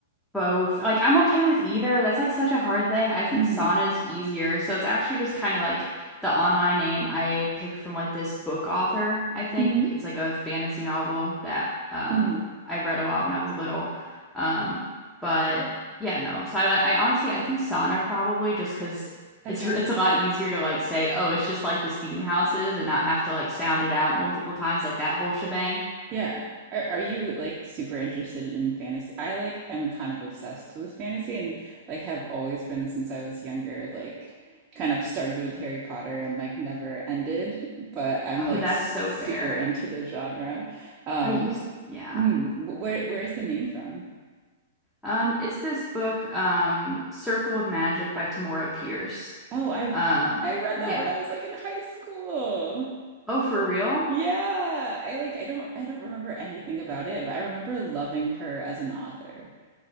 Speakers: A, in the centre; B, on the right (about 30°).
A: both. Like I'm okay with either. That's like such a hard thing. I think
B: Mm.
A: sauna is easier. So it's actually just kind of like the online name I picked from like this book author, I think.
B: Mm-hmm.
A: It's like a fantasy novel that um
B: Mm-hmm.
A: I read a lot when I was little. Um, but
B: Cool.
A: yeah, no. So I like I honestly I think sauna probably just 'cause
B: Okay.
A: it's it's a lot easier to like say, "Oh, it's just like the steam houses" and not have to like sound it out multiple times like that whole shebang.
B: Yeah. Are are you like super interested in fantasy? I like am kind of obsessed with fantasy and like have always been since I was younger, like kind of started with Harry Potter and like never ended, but I'm
A: Oh,
B: like
A: that's
B: s
A: so
B: super
A: fair.
B: into the genre. Um,
A: I used yeah.
B: mm, wh- where where's the name from?
A: Um, it's this book, um, Circle of Magic by Tamora Pierce.
B: Oh, I
A: Um,
B: I read
A: yeah.
B: that when I was like in high school.
A: Oh, for real?
B: Yeah, I like I don't I don't remember anything about it, but I remember loving her as an author.